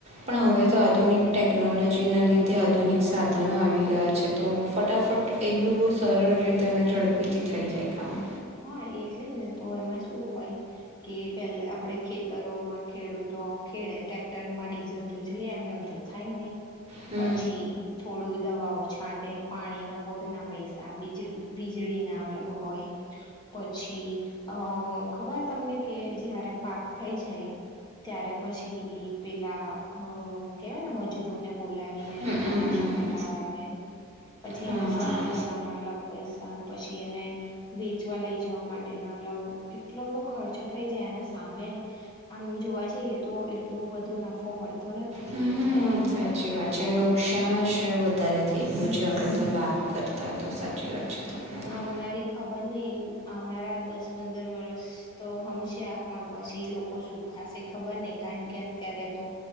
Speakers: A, on the right (about 30°); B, on the left (about 20°).
A: પણ હવે તો આધુનિક ટેકનોલોજીના લીધે આધુનિક સાધનો આવી ગયા. છે તો ફટાફટ એ બી બહુ સરળ રીતે અને ઝડપીથી થઈ જાય કામ.
B: હા એટલે ને તો એમાં શું હોય કે પેલા આપણે ખેતરોમાં ખેડૂતો ખેડે ટ્રેક્ટરમાં ડીઝલ તો જોઈએ એમને એમ તો થાય નહી.
A: હમ
B: પછી થોડું દવાઓ છાંટે પાણીના બોરના પૈસા બીજળી વીજળીનાલ હોય. પછી અ ખબર તમને કે જયારે પાક થઈ જાય ત્યારે પછી પેલા કેહેવાય ને મજૂરોને બોલાવીને
A: હમ
B: બી
A: હમ
B: પાક
A: હમ
B: સમેટાવડાવે પછી
A: હા.
B: એને સાફ કરવાના અલગ પૈસા પછી એને વેચવા લઈ જવા માટેના લવ એટલો બધો ખર્ચો થઈ જાય અને સામે આમ જોવા જઈએ તો એટલું બધો નફો મળતો નથી
A: હમ
B: અત્યારે કોઈને
A: સાચી વાત છે નક ક્ષણ શ વધારે થઈ ગયું છે હવે તો લાભ કરતા હોય તો સાચી વાત. છે તમારી
B: આવનારી. ખબર નહી આવનારા દસ પંદર વર્ષ તો હમશે આ પણ પછી લોકો સુખાશે ખબર નહી કારણ કે અત્યારે તો